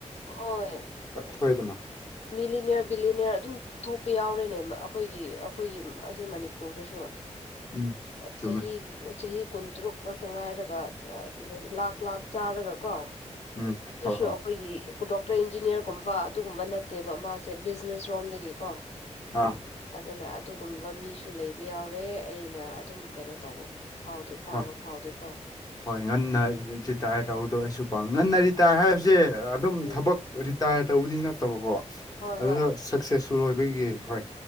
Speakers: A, on the left; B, on the left.
A: ꯑꯣꯏ
B: ꯊꯣꯏꯗꯅ
A: ꯃꯤꯂꯤꯅꯤꯌꯥ ꯕꯤꯂꯤꯅꯤꯌꯥ ꯑꯗꯨꯝ ꯊꯣꯛꯄ ꯌꯥꯎꯔꯦꯅꯦ ꯑꯩꯈꯣꯏꯒꯤ ꯑꯩꯈꯣꯏꯒꯤ ꯑꯁꯤ ꯃꯅꯤꯄꯨꯔꯗꯁꯨ
B: ꯎꯝ
A: ꯑ
B: ꯆꯨꯝꯃꯦ
A: ꯆꯍꯤ ꯆꯍꯤ ꯀꯨꯟꯇꯔꯨꯛ ꯉꯛꯇ ꯉꯥꯏꯔꯒ ꯂꯥꯛ ꯂꯥꯛ ꯆꯥꯔꯒ ꯀꯣ
B: ꯎꯝ
A: ꯑꯗꯨꯁꯨ
B: ꯍꯣ ꯍꯣ
A: ꯑꯩꯈꯣꯏꯒꯤ ꯗꯣꯛꯇꯔ ꯏꯟꯖꯤꯅꯤꯌꯥꯔꯒꯨꯝꯕ ꯑꯗꯨꯒꯨꯝꯕ ꯅꯠꯇꯦꯕ ꯃꯥꯁꯦ ꯕꯤꯖꯤꯅꯦꯁ ꯔꯣꯝꯗꯒꯤꯀꯣ
B: ꯑꯥ
A: ꯑꯗꯨꯅ ꯑꯗꯨꯒꯨꯝꯕ ꯃꯤꯁꯨ ꯂꯩꯕ ꯌꯥꯎꯔꯦ ꯑꯩꯅ ꯑꯗꯨꯝ ꯀꯩꯅꯣ ꯇꯧꯕ ꯐꯥꯎꯗꯦ ꯇꯥꯕ
B: ꯍꯣꯏ
A: ꯐꯥꯎꯗꯦꯀꯣ
B: ꯍꯣꯏ ꯉꯟꯅ ꯔꯤꯇꯥꯌꯔ ꯇꯧꯕꯗꯣ ꯑꯩꯁꯨ ꯄꯥꯝꯃꯤ ꯉꯟꯅ ꯔꯤꯇꯥꯌꯔ ꯍꯥꯏꯕꯁꯦ ꯑꯗꯨꯝ
A: ꯎꯝ
B: ꯊꯕꯛ ꯔꯤꯇꯥꯌꯔ ꯇꯧꯕꯗꯤ ꯅꯠꯇꯕꯀꯣ
A: ꯍꯣꯏ
B: ꯑꯗꯨꯗ
A: ꯍꯣꯏ
B: ꯁꯛꯁꯦꯁꯁꯨꯨ ꯑꯣꯏꯕꯒꯤ ꯍꯣꯏ